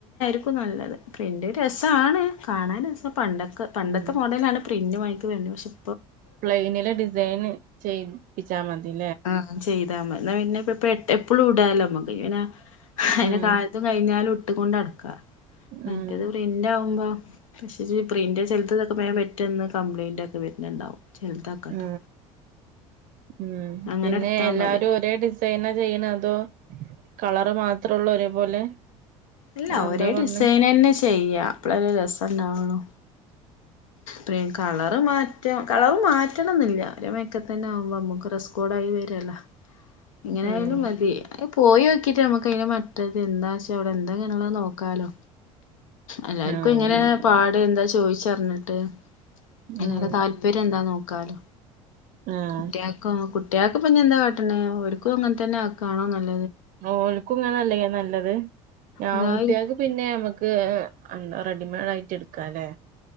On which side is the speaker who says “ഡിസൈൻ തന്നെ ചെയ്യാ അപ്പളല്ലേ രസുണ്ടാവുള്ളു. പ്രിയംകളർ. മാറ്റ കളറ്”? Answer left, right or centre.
Left